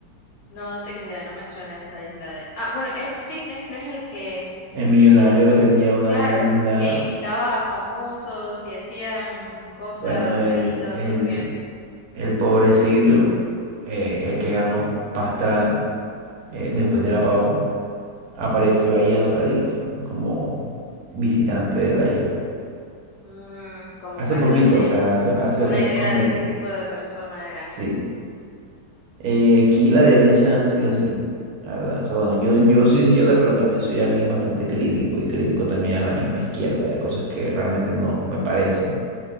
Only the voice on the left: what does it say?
No, no tengo idea, no me suena esa isla de... Ah, bueno, Epstein es- no es el que
el
Claro,
que invitaba a famosos y hacían cosas
ahí toda
turbias,
Mm, como
para
darme
una
idea
de qué tipo de persona era.